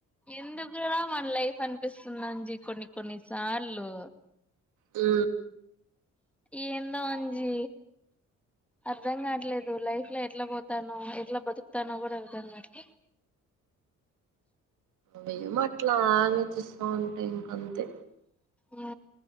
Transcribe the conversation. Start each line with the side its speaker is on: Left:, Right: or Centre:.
Centre: ఎందుకురా మన లైఫ్ అనిపిస్తుంది అంజి కొన్ని కొన్ని సార్లు
Right: ఆ
Centre: ఏందో అంజి అర్ధం కావట్లేదు లైఫ్ లో ఎట్లా పోతానో ఎట్లా బతుకుతానో కూడా అర్ధం కావట్లేదు
Right: నువ్యమ అట్లా ఆలోచిస్తా అంటే ఇంక అంతే
Centre: ఉ